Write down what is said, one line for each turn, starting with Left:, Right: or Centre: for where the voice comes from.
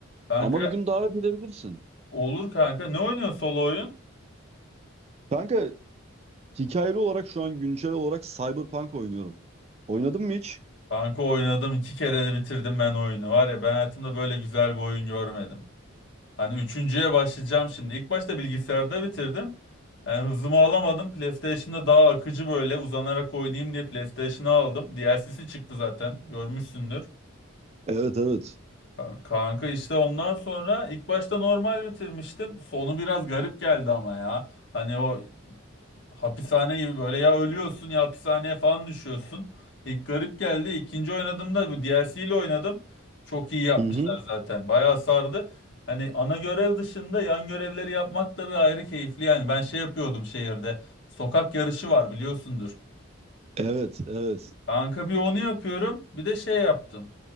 Left: Kanka
Right: Ama bir gün davet edebilirsin.
Left: olur kanka. Ne oynuyorsun solo oyun?
Right: Kanka hikayeli olarak şu an güncel olarak Cyberpunk oynuyorum. Oynadın mı hiç?
Left: Kanka oynadım iki kere de bitirdim ben oyunu. Var ya ben hayatımda böyle güzel bir oyun görmedim. Hani üçüncüye başlayacağım şimdi. İlk başta bilgisayarda bitirdim. Yani hızımı alamadım. PlayStation'da daha akıcı böyle uzanarak oynayayım diye PlayStation'ı aldım. DLC'si çıktı zaten. Görmüşsündür.
Right: Evet evet.
Left: Ka- Kanka işte ondan sonra ilk başta normal bitirmiştim. Sonu biraz garip geldi ama ya. Hani o hapishane gibi böyle ya ölüyorsun ya hapishaneye falan düşüyorsun. İlk garip geldi. İkinci oynadığımda bu DLC ile oynadım. Çok iyi yapmışlar
Right: Hı hı.
Left: zaten. Bayağı sardı. Hani ana görev dışında yan görevleri yapmak da bir ayrı keyifli yani. Ben şey yapıyordum şehirde. Sokak yarışı var biliyorsundur.
Right: Evet evet.
Left: Kanka bir onu yapıyorum. Bir de şey yaptım.